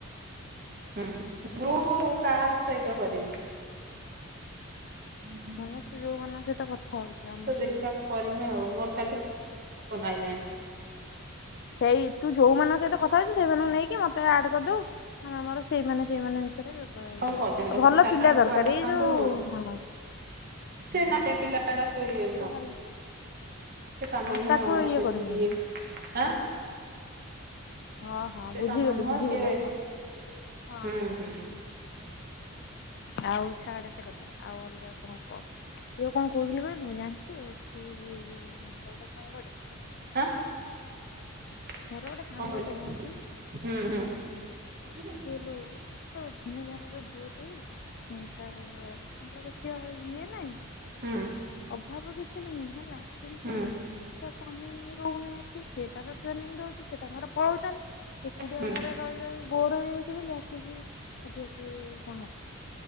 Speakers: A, on the right; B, on the left.
A: ହୁଁ ଗ୍ରୁପ କାହା ସହିତ କରିବି। ହୁଁ।
B: ମାନେ ତୁ ଯୋଉ ମାନଙ୍କ ସହିତ କଥା ହଉଛୁ ଆମରି
A: ଦେଖିବା
B: ପି
A: କରିମି ଆଉ ମୋର ଖାଲି ଫୋନ ଆଇଲାଣି।
B: ସେଇ ତୁ ଯୋଉମାନଙ୍କ ସହିତ କଥା ହେଇଛୁ ସେଇମାନଙ୍କୁ ନେଇକି ମତେ ଆଡ୍ କରିଦବୁ। ହଁ ଆମର ସେଇମାନେ ସେଇମାନେ ମ ବିଷୟରେ। ଆ
A: ହଉ କରିଦେମି ତ
B: ଆଉ
A: ସେ
B: ଭଲ
A: ଚାରିଟା
B: ପିଲା
A: ବେଳକୁ
B: ଦରକାର
A: ଆସନ୍ତୁ
B: ଏଇ ଯୋଉ ହ।
A: ସେ ନା ପିଲାଗୁଡା ସେଇଆ ନୁହଁ।
B: ଭଲ
A: ସେ କାମନୁହଁ
B: ହଁ ତାକୁ ଇଏ
A: ସେଠିକି
B: କରିବୁନୁ ହଁ
A: ଆଁ।
B: ହଁ ହଁ
A: ସେ
B: ବୁଝିଗଲି
A: କାମ ନୁହଁ
B: ବୁଝିଗଲି
A: ସିଏ
B: ଆପଣ ହଁ।
A: ହୁଁ ହୁଁ।
B: ଆଉ ଛାଡେ ସେ କଥା। ଆଉ ଅଲଗା କଣ କଅ ଯଉ କଣ କହୁଥିଲି କହିଲୁ ଜାଣିଛୁ ଏଠି ଯୋଉ ତୋର ସେଇ ସାଙ୍ଗଟେ
A: ହଁ। କଣ
B: ମୋର ଗୋଟେ ସାଙ୍ଗଟେ
A: କହିଲା
B: ମ ଏଠି
A: ହୁଁ ହଁ।
B: ଇଇଲୋ ସେ ଉଟୁନି ଘରର ଝିଅଟି। ଚିନ୍ତା ବଢିବ ମୁଁତ ଦେଖିବ ଇଏ ନାଇଁ।
A: ହୁଁ
B: ଅଭାବ କିଛି ନାହିଁ ହେଲା କିନ୍ତୁ?
A: ହୁଁ
B: ତା ସ୍ୱାମୀ ରହୁନି ଏଠି ସିଏ ତାର ଟ୍ରେନିଂ ଦଉଛି ସେ ତାଙ୍କର ପଳଉଛନ୍ତି ଏକୁଟିଆ
A: ହୁଁ।
B: ଘରେ ରହି ରହି ବୋର ହେଇଯାଉଛି ବୋଲି ଆସିକି ଏଠି ଆସିକି କାମ କରୁଛି।